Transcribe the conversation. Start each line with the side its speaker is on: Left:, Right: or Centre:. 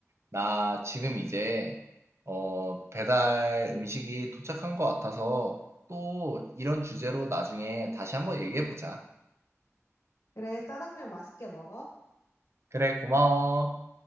Right: 나 지금 이제 어, 배달 음식이 도착한 것 같아서 또 이런 주제로 나중에 다시 한번 얘기해 보자.
Left: 그래, 짜장면 맛있게 먹어.
Right: 그래, 고마워.